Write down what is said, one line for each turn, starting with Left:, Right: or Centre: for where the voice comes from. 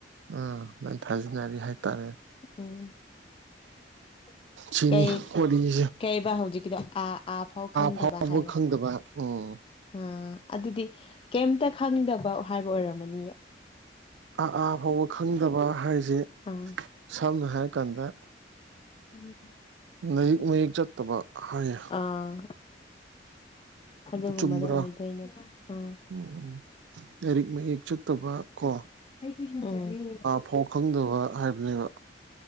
Right: ꯎꯝ ꯂꯣꯏ ꯊꯥꯖꯟꯅꯔꯤ ꯍꯥꯏꯇꯥꯔꯦ
Left: ꯎꯝ <inaudible>
Right: ꯁꯤꯅꯤ
Left: ꯀꯩ
Right: ꯋꯥꯔꯤꯁꯦ
Left: ꯀꯩꯕ ꯍꯧꯖꯤꯛꯀꯤꯗꯣ ꯑꯥ ꯑꯥ ꯐꯥꯎ ꯈꯪꯗꯕ
Right: ꯐꯥꯎꯕ
Left: ꯍꯥꯏꯔꯣ
Right: ꯈꯪꯗꯕ ꯎꯝ
Left: ꯎ ꯑꯗꯨꯗꯤ ꯀꯩꯝꯇ ꯈꯪꯗꯕ ꯍꯥꯏꯕ ꯑꯣꯏꯔꯝꯃꯅꯤꯌꯦ
Right: ꯑꯥ ꯐꯥꯎꯕ ꯈꯪꯗꯕ ꯍꯥꯏꯁꯦ
Left: ꯑꯥ
Right: ꯁꯝꯅ ꯍꯥꯏꯔꯀꯥꯟꯗ
Left: ꯀꯔꯤ ꯐ
Right: ꯃꯍꯌꯦꯛꯛ ꯃꯌꯦꯛ ꯆꯠꯇꯕ ꯍꯥꯏꯌꯦ
Left: ꯑꯥ ꯑꯗꯨꯒꯨꯝꯕꯗ
Right: ꯆꯨꯝꯕ꯭ꯔꯥ
Left: ꯑꯣꯏꯗꯣꯏꯅꯦꯕ ꯑꯥ
Right: ꯎꯝ ꯂꯥꯏꯔꯤꯛ ꯃꯌꯦꯛ ꯆꯠꯇꯕ ꯀꯣ
Left: ꯑꯩ ꯇꯨꯏꯁꯟ ꯆꯠꯂꯦ
Right: ꯐꯥꯎ ꯈꯪꯗꯕ ꯍꯥꯏꯕꯅꯦꯕ